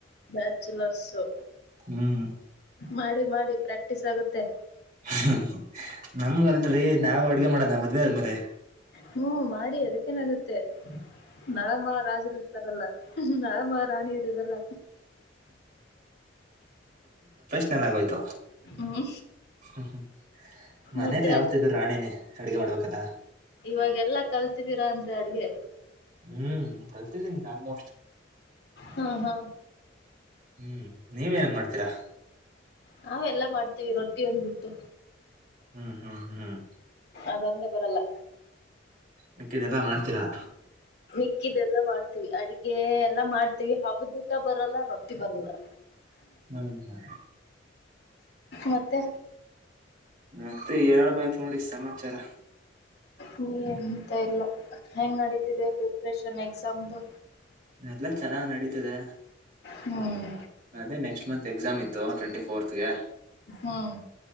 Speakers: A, on the left; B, on the right.
A: ಬ್ಯಾಚುಲರ್ಸು
B: ಹ್ಮ್
A: ಮಾಡಿ ಮಾಡಿ ಪ್ರಾಕ್ಟಿಸ್ ಆಗುತ್ತೆ.
B: ಹ್ಮ ನಮ್ಗ ಅಲ್ರಿ ನಾವ್ ಅಡ್ಗೆ ಮಾಡಣ ಮದ್ವೆ ಆದ್ಮೇಲೆ.
A: ಹ್ಮ ಮಾಡಿ ಅದಕ್ಕೇನ್ ಆಗತ್ತೆ ನಳಮ ರಾಜರ ಇರ್ತಾರಲ್ಲ ನಾ ಮ ರಾಣಿಯರ ಇರಲ್ಲ.
B: ಚೆನ್ನಾಗ್ ಹೋಯ್ತು.
A: ಹ್ಮ್.
B: ಹ್ಮ್ ಹ್ಮ್ ಮನೇಲ
A: ಮತ್ತೆ
B: ಯಾವತ್ತಿದ್ರು ರಾಣನೇ ಅಡಗೆ ಮಾಡ್ಬೇಕಲ್ಲ.
A: ಇವಾಗೆಲ್ಲಾ ಕಲ್ತಿದ್ದೀರಾ ಅಂದ್ರೆ ಅಡ್ಗೆ.
B: ಹ್ಮ್ ಕಲ್ತಿದ್ದೀನಿ ಆಲ್ಮೋಸ್ಟ್.
A: ಹಾ ಹಾ
B: ಹ್ಮ್ ನೀವ ಏನನ್ ಮಾಡ್ತೀರಾ.
A: ನಾವ್ ಎಲ್ಲಾ ಮಾಡ್ತೀವಿ ರೊಟ್ಟಿ ಒಂದ್ಬಿಟ್ಟು.
B: ಹ್ಮ್ ಹ್ಮ್ ಹ್ಮ್
A: ಅದೊಂದೇ ಬರಲ್ಲ
B: ಮಿಕ್ಕಿದೆಲ್ಲ ಮಾಡ್ತೀರಾ.
A: ಮಿಕ್ಕಿದೆಲ್ಲ ಮಾಡ್ತೀವಿ ಅಡಗೆ ಎಲ್ಲಾ ಮಾಡ್ತೀವಿ ಹಬ್ಬದೂಟ ಬರಲ್ಲ ರೊಟ್ಟಿ ಬರಲ್ಲ
B: ಹ್ಮ್ ಹ್ಮ
A: ಮತ್ತೆ
B: ಮತ್ತೆ ಹೇಳ್ಬೇಕ ನೋಡಿ ಸಮಾಚಾರ.
A: ನೀ ಎಂತ ಇಲ್ಲ ಹೆಂಗ್ ನಡೀತಿದೆ ಪ್ರಿಪ್ರೇಷನ್ ಎಕ್ಸಾಮ್ದು.
B: ಎಲ್ಲ ಚೆನ್ನಾಗ್ ನಡೀತದೆ
A: ಹ್ಮ್
B: ಅದೆ ನೆಕ್ಸ್ಟ್ ಮಂತ್ ಎಕ್ಸಾಮ್ ಇತ್ ಇತ್ತು ಟ್ವೆಂಟಿ ಫೋರ್ತ್ ಗೆ.
A: ಹ್ಮ್